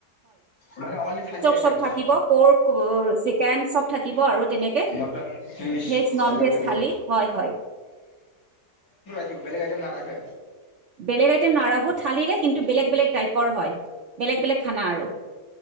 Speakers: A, on the left; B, on the right.
A: মানে অনলি থালি আইটেমছ
B: চব থাকিব, পৰ্ক চিকেন চব থাকিব আৰু তেনেকে
A: মটন ফিচ
B: ভেজ, নন
A: এইবিলাক
B: ভেজ
A: থাকিব
B: থালি। হয় হয়।
A: কি বেলেগ আইটেম নাৰাখে।
B: বেলেগ আইটেম নাৰখো। থালিৰে কিন্তু, বেলেগ বেলেগ টাইপ। ক'ৰ হয়? বেলেগ বেলেগ। খানা আৰু